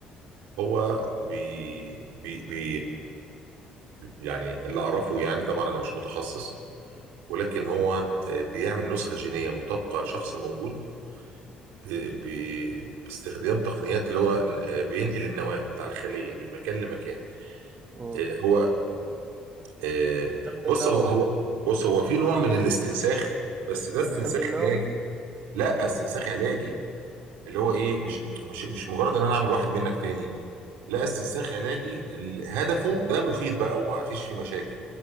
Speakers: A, on the right (about 80°); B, on the right (about 35°).
A: هو بي بي بي يعني اللي اعرفه يعني طبعا انا مش متخصص ولكن هو آه، بيعمل نسخه جينيه مطابقه لشخص موجود ب- ب- باستخدام تقنيات اللي هو آه، بينقل النواه بتاع الخليه من مكان لمكان
B: امم
A: آه، هو آه،
B: بالحمض
A: بص
B: النووي
A: هو هو
B: يعني
A: بص هو في نوع من الاستنساخ بس ده استنساخ
B: بالحمض النووي
A: علاجي لا استنساخ علاجي اللي هو ايه مش مش مش مجرد ان انا اعمل واحد منك تاني لا استنساخ علاجي ال- هدفه ده مفيد بقى وما فيش فيه مشاكل